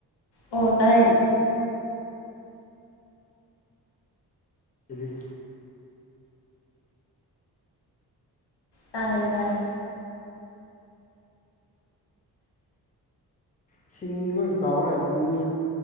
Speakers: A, on the left; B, on the left.
A: ꯑꯣꯏ ꯇꯥꯏ
B: ꯑꯗꯨꯗꯤ
A: ꯇꯥꯏꯌꯦ ꯇꯥꯏꯌꯦ
B: ꯏꯁꯤꯡ ꯂꯣꯏ ꯆꯥꯎ ꯂꯩꯏ ꯃꯤ